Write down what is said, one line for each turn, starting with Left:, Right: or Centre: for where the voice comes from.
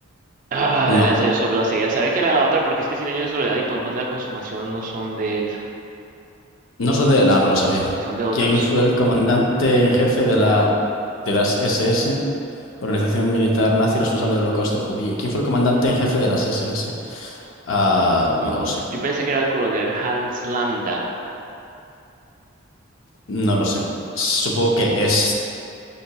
Right: Ah,
Left: No,
Right: era ensayo sobre la ceguera. Sabía que era la otra porque es que Cien años de soledad y Poemas de la consumación no son de él,
Left: no son de la, no lo sabía.
Right: son de otros.
Left: ¿Quién fue el comandante en jefe de la de las SS, organización militar nazi responsable del Holocausto judío? ¿Quién fue el comandante en jefe de las SS? Ah, no
Right: Ah,
Left: lo sé,
Right: yo pensé que era el coronel Hans Lambda,
Left: no lo sé. Supongo que este.